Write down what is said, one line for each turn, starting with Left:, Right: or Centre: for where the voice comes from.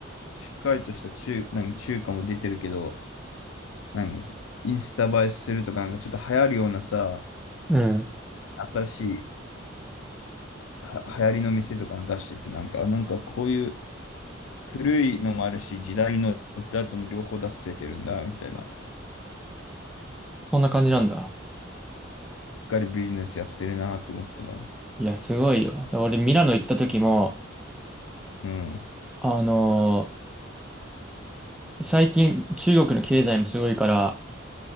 Left: しっかりとした中、何、中華も出てるけど、何、インスタ映えするとか、なんかちょっと流行るようなさ、
Centre: うん。
Left: 新しいは流行りの店とかも出してて、なんか、あなんかこういう古いのもあるし、時代のってやつも両方出せてるんだ、みたいな。し
Centre: そんな感じなんだ。
Left: っかりビジネスやってるなと思ったな。
Centre: いや、すごいよ。だから俺、ミラノ行った時も、
Left: うん、
Centre: あのー最近中国の経済もすごいから、